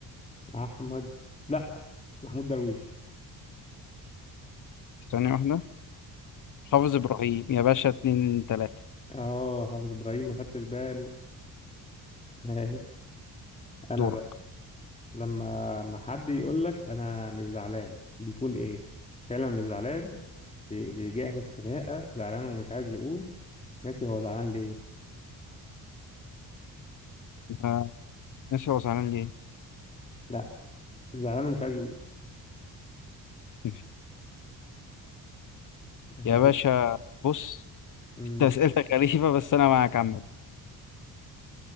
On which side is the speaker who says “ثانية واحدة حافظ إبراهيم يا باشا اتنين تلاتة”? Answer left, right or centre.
Left